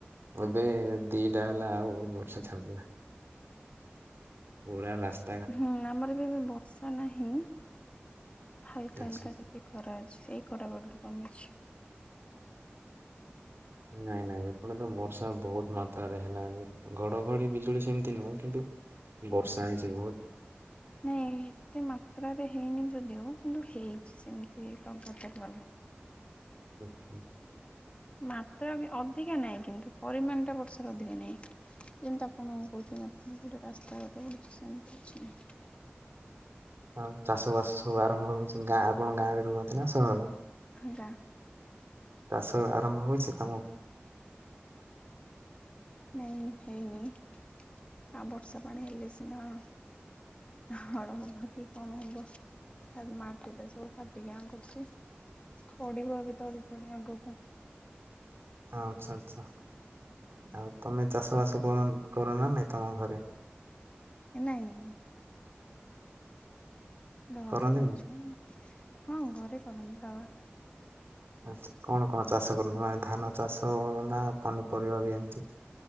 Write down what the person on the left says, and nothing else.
ହୁଁ ଆମର ବି ଏବେ ବର୍ଷା ନାହିଁ ହାଲକା
ହାଲକା ଟିକେ। ଖରା ଅଛି ସେଇ ଖରାବେଳଠୁ କମିଛି
ନାଇଁ ଏତେ ମାତ୍ରାରେ ହେଇନି ଯଦିଓ କିନ୍ତୁ ହେଇଛି ସେମିତି ଲଗାତାର ଭାବେ।
ମାତ୍ରା ଅଧିକା ନାହିଁ କିନ୍ତୁ ପରିମାଣ ଟା ବର୍ଷାରେ ଅଧିକା ନାହିଁ। ଯେମିତି ଆପଣ କହୁଚନ୍ତି ଆପଣ ଗୋଟେ ରାସ୍ତାଘଟେ ବଡୁଛି ସେମିତି କିଛି ନାହିଁ।
ହଁ ଗାଁ।
ନାଇଁ ହେଇନି ଆ ବର୍ଷା ପାଣି ହେଲେ ସିନା ହଳ ହଭକି କଣ ହବ ମାଟିରେ ସବୁ ଫାଟିକି ଆଁ କରୁଛି ପଡିବ ଏବେ ତଳି ଫଡି ଆଗକୁ
ନାଇଁ ଘରେ
ଅଛି ପା ହଁ ଘରେ କରନ୍ତି ବାବା